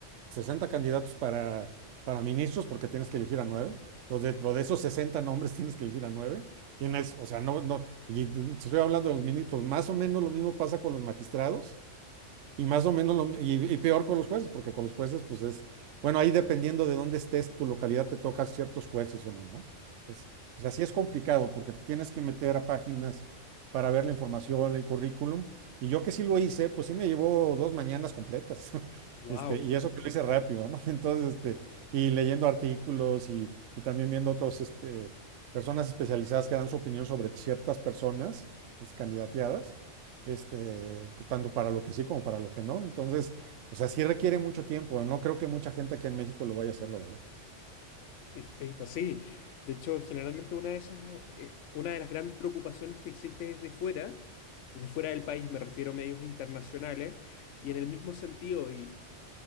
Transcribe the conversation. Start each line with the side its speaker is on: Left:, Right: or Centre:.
Right: 60 candidatos para, para ministros porque tienes que elegir a nueve. Entonces, dentro de esos 60 nombres <laughs> tienes que elegir a nueve. Tienes, o sea, no, no, y te estoy hablando de los ministros, más o menos lo mismo pasa con los magistrados. Y más o menos, lo, y, y peor con los jueces, porque con los jueces, pues es, bueno, ahí dependiendo de dónde estés, tu localidad te toca ciertos jueces o no, ¿no? Es, o sea, sí es complicado, porque te tienes que meter a páginas para ver la información, el currículum, y yo que sí lo hice, pues sí me llevó dos mañanas completas, <laughs>
Left: Wow,
Right: este, y eso que lo hice rápido, ¿no? <laughs> Entonces, este, y leyendo artículos y, y también viendo otros, este, personas especializadas que dan su opinión sobre ciertas personas, es, candidateadas este, tanto para lo que sí como para lo que no. Entonces, o sea, sí requiere mucho tiempo. No creo que mucha gente aquí en México lo vaya a hacer, la verdad.
Left: perfecto, sí. De hecho, generalmente una de esas, eh, eh, una de las grandes preocupaciones que existe desde fuera, desde fuera del país, me refiero a medios internacionales, y en el mismo sentido, y